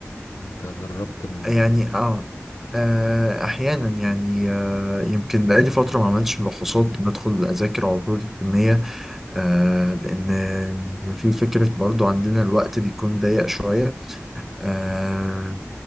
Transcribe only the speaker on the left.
انت جربت الموضوع